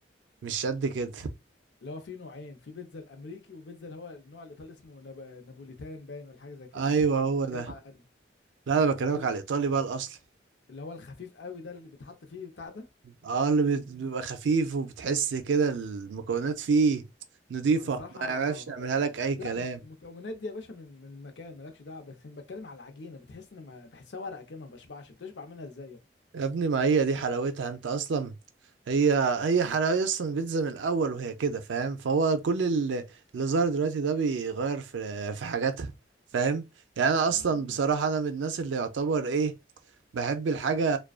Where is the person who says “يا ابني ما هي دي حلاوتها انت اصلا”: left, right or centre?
Right